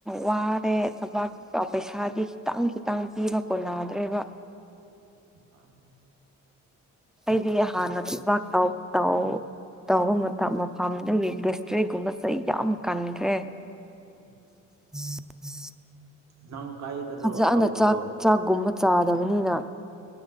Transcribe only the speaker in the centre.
ꯋꯥꯔꯦ ꯊꯕꯥꯛ ꯇꯥ ꯄꯩꯁꯥꯗꯤ ꯈꯤꯇꯪ ꯈꯤꯇꯪ ꯄꯤꯕ ꯀꯣꯟꯅꯗ꯭ꯔꯦꯕ
ꯑꯩꯗꯤ ꯍꯥꯟꯅ ꯐꯕꯥꯛ ꯇꯥꯎ ꯇꯧ ꯇꯧꯕ ꯃꯇꯝ ꯃꯇꯝꯗꯒꯤ ꯕꯁꯇꯔꯤꯒꯨꯝꯕ ꯆꯩ ꯌꯥꯝ ꯀꯟꯈ꯭ꯔꯦ
<unintelligible>
ꯐꯖꯅ
ꯆꯥꯛ ꯆꯥꯛꯒꯨꯝꯕ ꯆꯥꯗꯕꯅꯤꯅ